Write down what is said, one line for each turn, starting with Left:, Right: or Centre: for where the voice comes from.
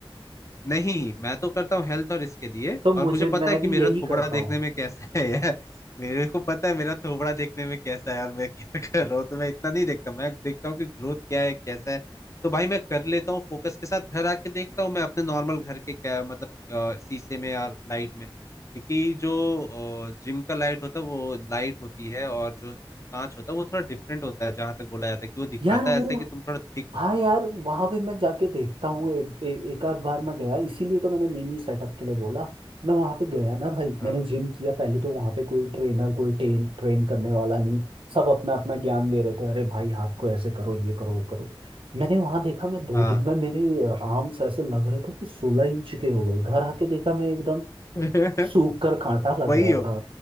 Left: नहीं मैं तो करता हूँ हेल्थ और इसके लिए
Right: तो मुझे
Left: और मुझे पता
Right: मैं
Left: है कि
Right: भी
Left: मेरा
Right: यही
Left: थोबड़ा
Right: करता
Left: देखने
Right: हूँ
Left: में कैसा है यार मेरे को पता है मेरा थोबड़ा देखने में कैसा है और मैं क्या <laughs> कर रहा हूँ तो मैं इतना नहीं देखता मैं देखता हूँ कि ग्रोथ क्या है कैसा है तो भाई मैं कर लेता हूँ फोकस के साथ घर आके देखता हूँ मैं अपने नॉर्मल घर के क्या मतलब अ, शीशे में और लाइट में क्योंकि जो जिम का लाइट होता है वो लाइट होती है और जो कांच होता है वो थोड़ा डिफरेंट होता है जहां तक बोला जाता है कि वो दिखाता
Right: यार वो
Left: है ऐसा कि तुम थोड़ा थिक हो
Right: हाँ यार वहां पे मैं जाके देखता हूँ एक एक एक आध बार मैं गया इसीलिए तो मैंने मिनी सेटअप के लिए बोला मैं वहां पे गया ना भाई
Left: हाँ
Right: मैंने जिम किया पहले तो वहां पे कोई ट्रेनर कोई ट्रेन ट्रेन करने वाला नहीं सब अपना अपना ज्ञान दे रहे थे अरे भाई हाथ को ऐसे करो ये करो वो करो मैंने वहां देखा मैं दो
Left: हाँ
Right: दिन में मेरे आर्म्स ऐसे लग रहे थे कि सोलह इंच के हो गए घर आके देखा मैं एकदम
Left: <laughs>
Right: सूख कर कांटा लग
Left: वही
Right: रहा
Left: हो
Right: था